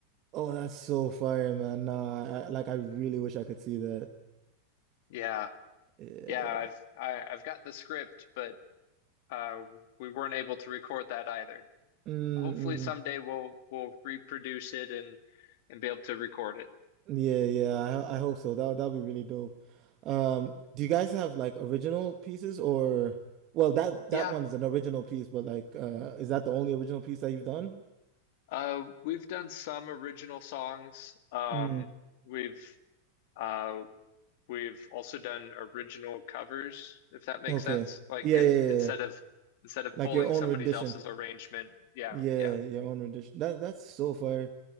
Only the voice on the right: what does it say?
Oh, that's so fire, man. Nah, I, like I really wish I could see that.
Yeah.
Mm-mm.
Yeah, yeah. I ho- I hope so. That that'd be really dope. Um, do you guys have like original pieces or well, that that
one is an original piece, but like uh is that the only original piece that you've done?
Mm.
Okay.
Yeah,
yeah, yeah.
yeah.
Like
your own
rendition.
Yeah,
your own rendition. That that's so fire.